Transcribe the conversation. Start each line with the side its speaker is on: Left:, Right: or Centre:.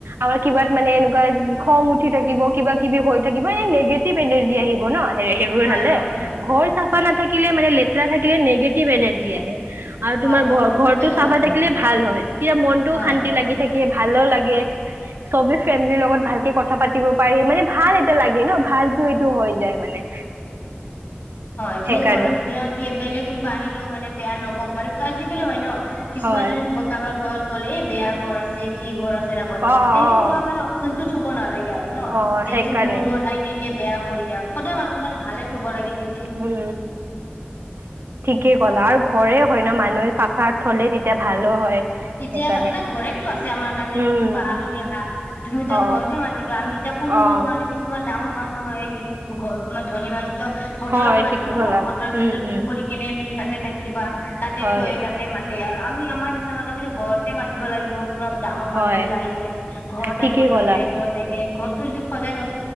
Right: আমাৰ কিবাত মানে এনেকুৱা খং উঠি থাকিব, কিবা কিবি হৈ থাকিব, এনে নিগেটিভ এনাৰ্জি আহিব ন হেৰি সেইবোৰ
Left: হয়
Right: হলে
Left: হয় হয়
Right: ঘৰ চা- নাথাকিলে মানে লেতেৰা থাকিলে নিগেটিভ এনাৰ্জি আহে। আৰু
Left: হয়
Right: তোমাৰ
Left: হয়
Right: ঘৰ
Left: এইটো
Right: ঘৰতটো
Left: ঠিকে ক'লা
Right: চাফা
Left: তুমি
Right: থাকিলে, হয় তেতিয়া মনতটো
Left: হয়
Right: শান্তি লাগি থাকে। ভালো লাগে। চবে ফেমিলিৰ লগত ভালকে কথা পাতিব পাৰি মানে ভাল এটা লাগে ন ভালতো এইটো হৈ যায় মানে।
Left: হয় ঠিকে
Right: সেইকাৰণে
Left: ক'লা, তুমি আৰু বেলেগ কোনোবা আহি ও মানে বেয়া নকওক মানে আজিকালি হয় ন, কিছুমান
Right: হয়
Left: দেৰি কাবাৰ ঘৰত, কলে এই বেয়া ঘৰ আছে, কি ঘৰ আছে তেনেকুৱা,
Right: অ
Left: সেইটো
Right: অ
Left: কোৱা মানে অপশচনতটো থুব নালাগে। আৰু ন।
Right: অ
Left: যিটো
Right: সেইকাৰণে
Left: মোৰ ঘত আইকে - বেয়া কৈ যাৱক। সদায় মানুহ কাৰণে ভালে থ'ব লাগে য
Right: উম ঠিকেই ক'লা আৰু ঘৰে হয় ন, মানুহে চাফা থলে তেতিয়া ভালো হয়।
Left: তেতিয়া
Right: সেইকাৰণে
Left: এটা ঘৰেটো আছে আমাৰ কাৰণে,
Right: উম
Left: কোনোবা আলহী আহা তুমি এতিয়া
Right: অ
Left: ঘৰতে মাতিবা আমি এতিয়া সৰু
Right: অ
Left: মৰু মানে কিছুমান ডাঙৰ মানুহ হয় যি ঘত মানে ধনী মানুহ ত হোটেলত
Right: হয়
Left: মাতিব
Right: ঠিকেই
Left: ন,
Right: ক'লা
Left: হোটেল চোটেল
Right: উম
Left: বুক
Right: উম
Left: কৰি কেনে- তুমি তাতে থাকিবা তাতে
Right: হয়
Left: থৈ তাতে মাতে আৰু আমি আমাৰ, নিচিনা আমিতো ঘৰতে মাতিব লাগিব কোনোবা ডাঙৰ
Right: হয়
Left: মানুহ বিলাক আহিলে ঘৰত
Right: ঠিকেই
Left: আহিব সিহঁতে,
Right: ক'লা
Left: ঘৰত আহে ঘৰতো য সজাই ন